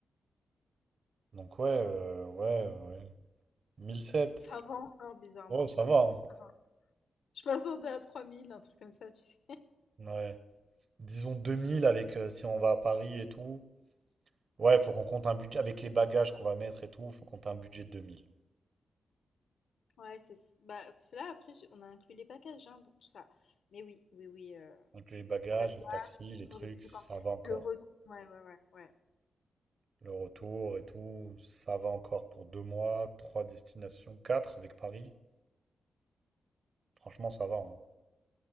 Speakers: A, on the right; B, on the left.
A: Donc ouais, euh, ouais, ouais. 1007,
B: Ça va encore bizarrement.
A: ouais, ça va. hein.
B: Ça va. Je m'attendais à 3000, un truc comme ça, tu sais.
A: Ouais. Disons 2000 avec euh, si on va à Paris et tout. Ouais, faut qu'on compte un budget avec les bagages qu'on va mettre et tout, faut compter un budget de 2000.
B: Ouais, c'est... Bah, là, après, j'ai- on a inclus les bagages, hein, donc tout ça. Mais oui, oui, oui. euh,
A: Donc les bagages,
B: pour être
A: les taxis, les
B: Toujours
A: trucs,
B: des trucs
A: ça
B: en
A: va encore.
B: le retour ouais, ouais, ouais, ouais.
A: Le retour et tout, ça va encore pour deux mois, trois destinations, quatre avec Paris. Franchement, ça va. hein.